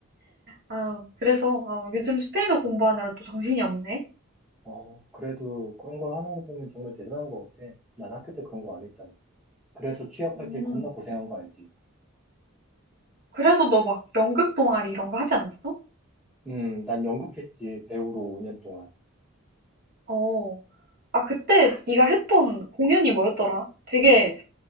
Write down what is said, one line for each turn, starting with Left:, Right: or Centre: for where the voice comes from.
Right: 아, 그래서 아, 요즘 스페인어 공부하느라 또 정신이 없네.
Centre: 어, 그래도 그런 걸 하는 거 보면 정말 대단한 것 같아. 난 학교 때 그런 거 안 했잖아. 그래서 취업할
Right: 음,
Centre: 때 겁나 고생한 거 알지?
Right: 그래서 너 막 연극 동아리 이런 거 하지 않았어?
Centre: 음, 난 연극했지, 배우로 5년 동안.
Right: 어, 아 그때 네가 했던 공연이 뭐였더라? 되게